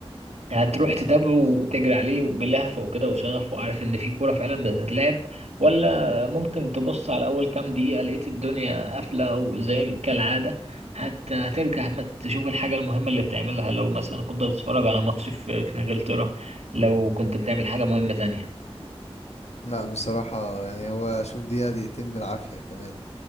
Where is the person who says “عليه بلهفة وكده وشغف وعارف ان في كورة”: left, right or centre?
Right